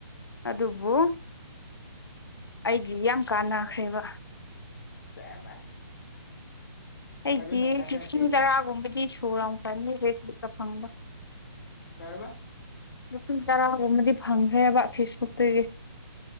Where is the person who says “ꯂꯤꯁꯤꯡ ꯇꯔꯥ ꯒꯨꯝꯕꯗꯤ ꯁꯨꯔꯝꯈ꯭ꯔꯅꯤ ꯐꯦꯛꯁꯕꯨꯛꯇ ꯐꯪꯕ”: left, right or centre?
Left